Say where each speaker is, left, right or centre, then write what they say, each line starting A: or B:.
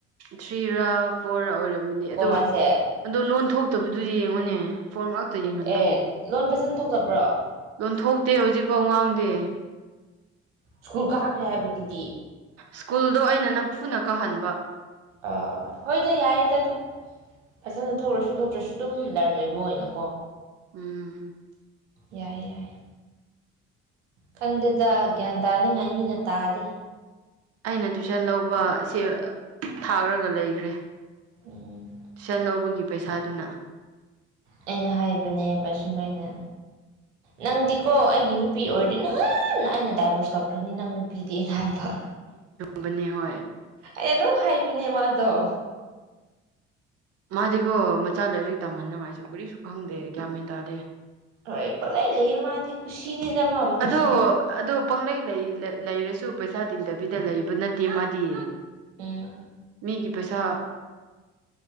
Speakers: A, on the right; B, on the right.
A: ꯊ꯭ꯔꯤꯔꯥ ꯐꯣꯔꯔ ꯑꯣꯏꯔꯝꯝꯕꯅꯤ ꯑꯗꯣ
B: ꯃꯥꯁꯦ
A: ꯑꯗꯣ ꯂꯣꯟ ꯊꯣꯛꯇꯕꯗꯨ ꯌꯦꯡꯉꯨꯅꯦ ꯐꯣꯟ ꯌꯦꯡꯍꯟꯕꯒꯤ
B: ꯑꯦ ꯂꯣꯟ ꯐꯖꯅ ꯊꯣꯛ ꯆꯕ꯭ꯔꯣ
A: ꯀꯣꯟ ꯊꯣꯛꯇꯦ ꯍꯧꯖꯤꯛꯐꯥꯎ ꯉꯥꯡꯗꯦ
B: ꯁ꯭ꯀꯨꯜ ꯀꯥꯈ꯭ꯔꯦ ꯍꯥꯏꯕꯗꯨꯗꯤ
A: ꯁ꯭ꯀꯨꯜꯗꯣ ꯑꯩꯅ ꯅꯝꯐꯨꯅ ꯀꯥꯍꯟꯕ
B: ꯑ ꯍꯣꯏꯗ ꯌꯥꯏꯌꯦꯗ ꯑꯗꯨ ꯐꯖꯅ ꯊꯣꯛꯂꯁꯨ ꯊꯣꯛꯇ꯭ꯔꯁꯨ ꯑꯗꯨꯝ ꯂꯔꯟ ꯑꯣꯏꯕ ꯑꯣꯏꯅꯀꯣ
A: ꯎꯝ
B: ꯌꯥꯏ ꯌꯥꯏ ꯈꯪꯗꯦꯗ ꯒ꯭ꯌꯥꯟ ꯇꯥꯅꯤꯡꯉꯥꯏ ꯃꯤꯅ ꯇꯥꯗꯦ
A: ꯑꯩꯅ ꯇꯨꯏꯁꯟ ꯂꯧꯕ ꯁꯦ ꯊꯥꯈ꯭ꯔꯒ ꯂꯩꯈ꯭ꯔꯦ
B: ꯎꯝ
A: ꯇꯨꯁꯟ ꯂꯧꯕꯒꯤ ꯄꯩꯁꯥꯗꯨꯅ
B: ꯑꯩꯅ ꯍꯥꯏꯕꯅꯦꯕ ꯁꯨꯃꯥꯏꯅ ꯅꯪꯗꯤꯀꯣ ꯑꯩꯒꯤ ꯅꯨꯄꯤ ꯑꯣꯏꯔ ꯅꯍꯥꯟ ꯑꯩꯅ ꯗꯥꯏꯚꯣꯔꯁ ꯇꯧꯈ꯭ꯔꯅꯤ ꯅꯪ ꯅꯨꯄꯤ ꯄꯤꯗꯦꯅ ꯍꯥꯏꯕ
A: ꯕꯅꯤ ꯍꯣꯏ
B: ꯑꯩ ꯑꯗꯨꯝ ꯍꯥꯏꯕꯅꯦ ꯃꯥꯗꯣ
A: ꯑꯗꯨꯗꯤꯈꯣ ꯃꯆꯥ ꯂꯥꯏꯔꯤꯛ ꯇꯝꯍꯟꯅꯅꯤꯡꯉꯥꯏꯁꯨ ꯀꯨꯔꯤꯁꯨ ꯈꯪꯗꯦ ꯀꯌꯥꯃꯦꯟ ꯇꯥꯗꯦ
B: ꯍꯣꯏ ꯄꯪꯂꯩ ꯂꯩꯌꯦ ꯃꯥꯗꯤ ꯀꯨꯁꯤꯅꯤꯗ ꯃꯥ ꯑꯃ
A: ꯑꯗ
B: ꯀꯨꯁꯤꯅꯤ
A: ꯑꯗꯨ ꯄꯪꯂꯩ ꯂꯩ ꯂꯩꯔꯁꯨ ꯄꯩꯁꯥ ꯇꯤꯡꯗꯕꯤꯗ ꯂꯩꯕ ꯅꯠꯇꯦ ꯃꯥꯗꯤ
B: ꯎꯝ
A: ꯃꯤꯒꯤ ꯄꯩꯁꯥ